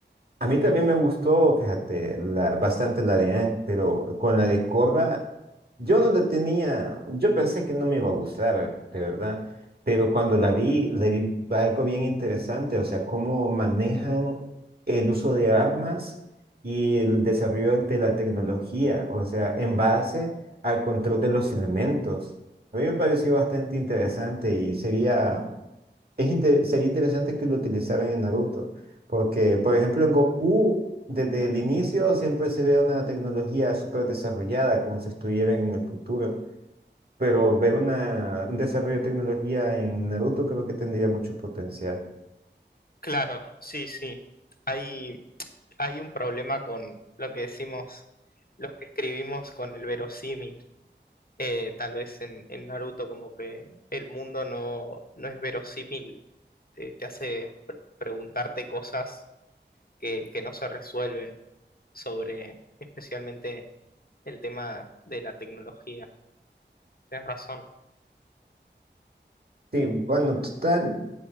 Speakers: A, on the right (about 55°); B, on the left (about 50°).
A: A mí también me gustó, fíjate, la- bastante la de Anne, pero con la de Corra, yo no la tenía, yo pensé que no me iba a gustar, de verdad, pero cuando la vi, le vi algo bien interesante, o sea, cómo manejan el uso de armas y el desarrollo de la tecnología, o sea, en base al control de los elementos. A mí me pareció bastante interesante y sería es inte- sería interesante que lo utilizaran en Naruto, porque, por ejemplo, en Goku, desde el inicio siempre se ve una tecnología súper desarrollada, como si estuviera en el futuro, pero ver una, un desarrollo de tecnología en Naruto creo que tendría mucho potencial.
B: Claro, sí, sí. Hay, hay un problema con lo que decimos, los que escribimos con el verosímil. Eh, tal vez en, en Naruto como que el mundo no, no es verosímil, te, te hace pre- preguntarte cosas que, que no se resuelven sobre especialmente el tema de la tecnología. Tienes razón.
A: Sí, bueno, total,